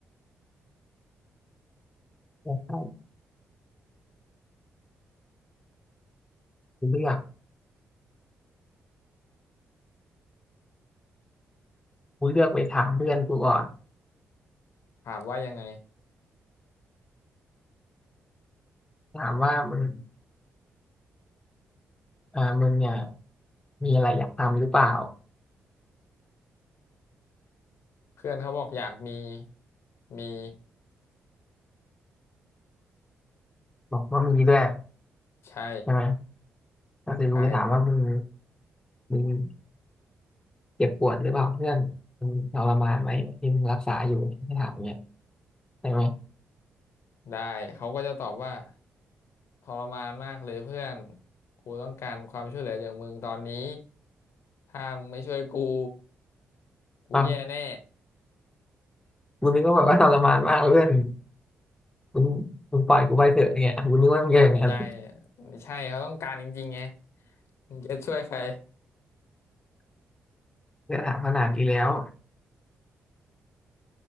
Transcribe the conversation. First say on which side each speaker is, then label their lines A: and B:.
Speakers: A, on the left; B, on the left.
A: ใช่กูเลือกกูเลือกไปถามเพื่อนกูก่อน
B: ถามว่ายังไง
A: ถามว่ามึงอ่ามึงเนี่ยมีอะไรอยากทำหรือเปล่า
B: เพื่อนเขาบอกอยากมีมี
A: บอกว่ามีด้วย
B: ใช่
A: ใช่ไหมก็คือกูไปถามว่ามึง
B: ใช่
A: มึง เจ็บปวดหรือเปล่าเพื่อนมันทรมานไหมเนี่ยที่มึงรักษาอยู่ให้ถามเนี่ยใช่ไหม
B: ได้เขาก็จะตอบว่าทรมานมากเลยเพื่อนกูต้องการความช่วยเหลือจากมึงตอนนี้ถ้ามึงไม่ช่วยกูกูแย่แน่
A: บางมึงนึกว่าแบบว่าทรมานมากเพื่อนมึงมึงปล่อยกูไปเถอะอย่างเงี้ยมุงนึกว่ามึงจะอย่างนั้น
B: อ้าวไม่ใช่ไม่ใช่เขาต้องการจริงๆไงมึงจะช่วยใคร
A: เพื่อนถามขนาดนี้แล้ว